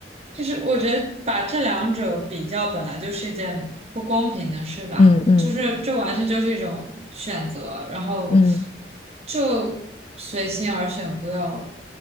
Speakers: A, on the right; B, on the left.
A: 就是我觉得把这两者比较，本来就是一件不公平的事吧，
B: 嗯嗯
A: 就是这完全就是一种选择，然后
B: 嗯
A: 就随心而选，不要